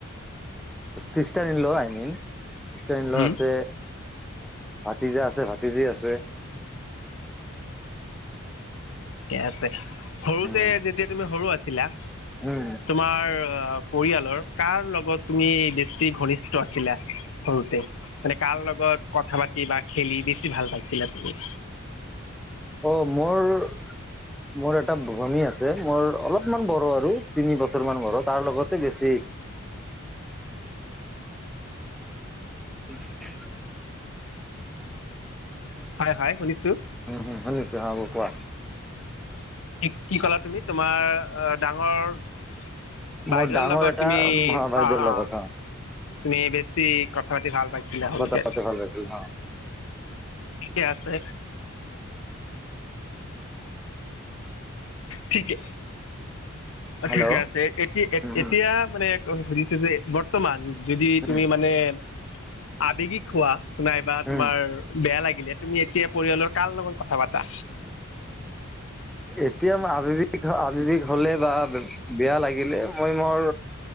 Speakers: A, in the centre; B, on the left.
A: Sister in law, I mean sister in
B: হুম
A: law আছে। ভতিজা আছে, ভতিজী আছে।
B: ঠিকে আছে। সৰুতে
A: উম
B: যেতিয়া তুমি সৰু আছিলা,
A: উম
B: তোমাৰ- পৰিয়ালৰ কাৰ লগত তুমি বেছি ঘনিষ্ঠ আছিলা সৰুতে? মানে কাৰ লগত কথা পাতি বা খেলি বেছি ভাল পাইছিলা তুমি?
A: অঁ, মোৰ- মোৰ এটা ভনী আছে, মোৰ অলপমান বড় আৰু তিনি বছৰমান বড়ো। তাৰ লগতে বেছি- <unintelligible>
B: হয়, হয় শুনিছোঁ।
A: উম-উম, শুনিছো হ'ব কোৱা?
B: কি কি ক'লা তুমি? তোমাৰ অঁ, ডাঙৰ- বাইদেউৰ
A: মোৰ ডাঙৰ
B: লগত
A: এটা
B: তুমি
A: মহা বাইদেউৰ
B: অঁ,
A: লগত
B: অঁ, -
A: হা
B: তুমি বেছি কথা পাতি ভাল পাইছিলা সৰুতে।
A: কথা পাতি ভাল পাইছিলোঁ অঁ।
B: ঠিকে আছে। ঠিকে, অঁ
A: হেল্ল'
B: ঠিকে আছে। এতিয়া
A: উম, হুম,
B: -এতিয়া মানে- সুধিছো যে বৰ্তমান যদি তুমি
A: উম,
B: মানে- আৱেগিক হোৱা নাইবা তোমাৰ
A: উম,
B: বেয়া লাগিলে- তুমি এতিয়া পৰিয়ালৰ কাৰ লগত কথা পাতা?
A: এতিয়া আৱেগিক -আৱেৱিক হ'লে বা- বেয়া লাগিলে মই মোৰ